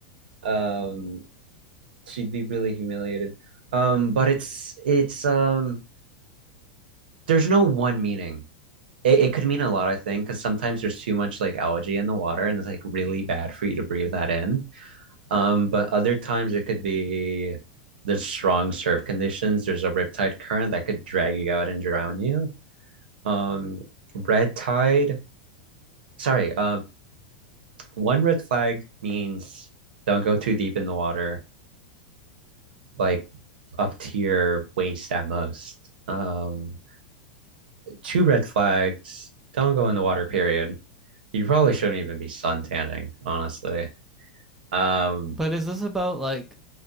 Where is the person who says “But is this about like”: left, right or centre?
Centre